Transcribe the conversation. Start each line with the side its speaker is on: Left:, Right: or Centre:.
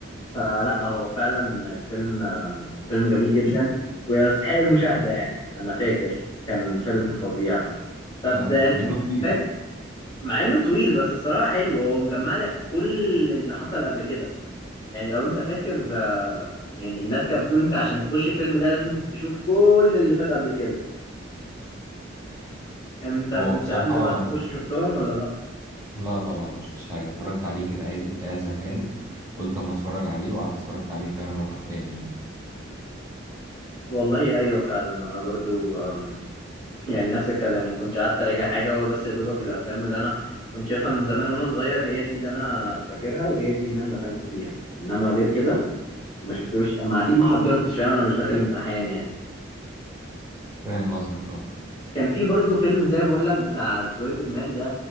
Left: فلا هو فعلا الفيلم الفيلم جميل جدا ويستحق المشاهدة يعني انا فاكر كان فيلم فظيع طب
Right: فعلا
Left: ده
Right: مع انه طويل
Left: فاك مع انه طويل بس الصراحة حلو هو مجمع لك كل اللي حصل قبل كده يعني لو انت فاكر آه، يعني الناس كانت بتقول انت عشان تخش الفيلم ده لازم تشوف كل اللي فات قبل كده انت
Right: هو
Left: كنت
Right: بصراحة
Left: قبل ما تخش شفتهم ولا لا
Right: لا طبعا مش شفتش حاجة اتفرجت عليه كده عادي كنت قاعد زهقان قلت اما اتفرج عليه وقعدت اتفرجت عليه فعلا وقد كان يعني
Left: والله ايوه فعلا انا برضو أم، <laughs> يعني نفس الكلام ما كنتش قعدت اراجع حاجه هو بس يا دوبك الافلام اللي انا كنت شايفها من زمان وانا صغير هي دي اللي انا فاكرها وهي دي اللي انا دخلت بيها انما غير كده ما شفتلوش ما اكيد ما حضرتش فاهم انا مش داخل امتحان يعني
Right: فاهم قصدك اه
Left: كان في برضو فيلم زي بقول لك بتاع سبايدر مان ده